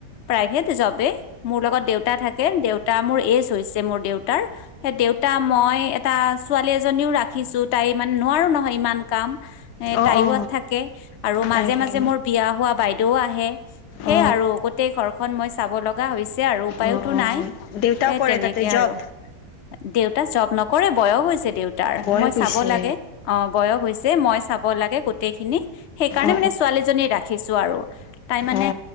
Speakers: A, on the left (about 55°); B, on the left (about 80°).
A: প্ৰাইভেট জবে মোৰ লগত দেউতা থাকে। দেউতা মোৰ এজ হৈছে মোৰ দেউতাৰ, সেই দেউতা ম মই এটা ছোৱালী এজনীও ৰাখিছোঁ। তাই মানে, নোৱাৰো নহয় ইমান কাম, এ
B: অ
A: তাইও
B: অ
A: থাকে আৰু
B: তাই
A: মাজে
B: তাই
A: মাজে মোৰ বিয়া হোৱা বাইদেউও আহে, সেই
B: অ
A: আৰু গোটেই ঘৰখন মই চাব লগ গা হৈছে আৰু উপায়োতো
B: অ
A: নাই,
B: দেউতাও
A: এ
B: কৰে
A: তেনেকে
B: তাতে জব
A: আৰু দেউতা জব নকৰে, বয়স হৈছে দেউ তাৰ
B: বয়স
A: মই
B: হৈছে
A: চাব লাগে, অ' বয়স হৈছে মই চাব লাগে গোটেই খিনি সেইকাৰণে
B: অ অ
A: মানে ছোৱালীজনী ৰাখিছোঁ আৰু তাই মানে
B: অ অ